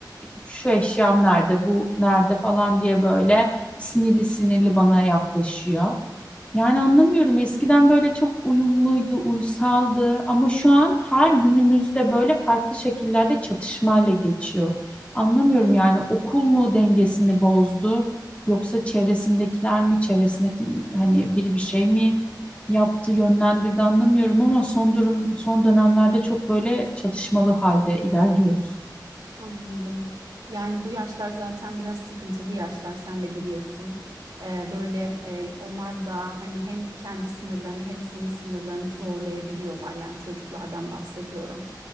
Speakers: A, on the left; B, on the right.
A: şu eşyam nerede, bu nerede falan diye böyle sinirli sinirli bana yaklaşıyor. Yani anlamıyorum. Eskiden böyle çok uyumluydu, uysaldı ama şu an her günümüzde böyle farklı şekillerde çatışmayla geçiyor. Anlamıyorum yani okul mu dengesini bozdu yoksa çevresindekiler mi, çevresindeki hani biri bir şey mi yaptı, yönlendirdi anlamıyorum ama son durum son dönemlerde çok böyle çatışmalı halde ilerliyoruz.
B: Anladım. Yani bu yaşlar zaten biraz sıkıntılı yaşlar sen de biliyorsun. Ee, böyle e, onlar da hani hem kendi sınırlarını hem senin sınırlarını zorlayabiliyorlar. Yani çocuklardan bahsediyorum.